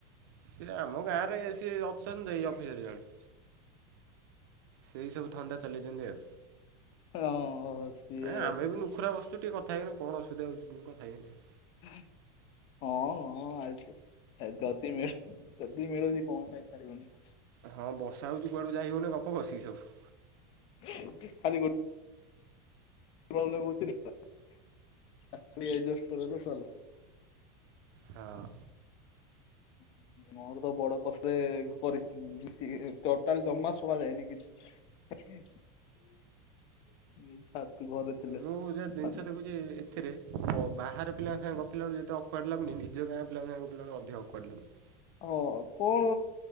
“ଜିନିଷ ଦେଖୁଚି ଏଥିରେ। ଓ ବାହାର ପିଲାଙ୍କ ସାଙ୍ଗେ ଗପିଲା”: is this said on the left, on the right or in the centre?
Right